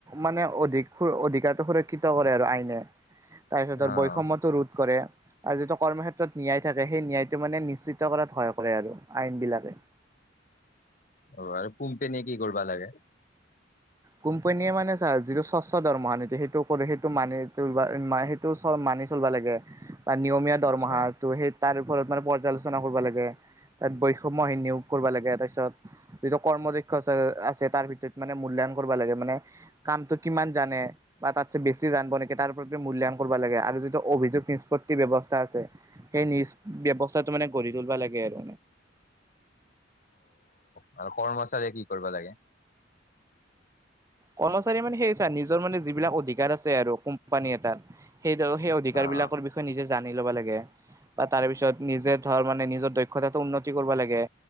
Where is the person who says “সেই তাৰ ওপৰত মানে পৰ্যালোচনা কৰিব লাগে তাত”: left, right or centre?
Right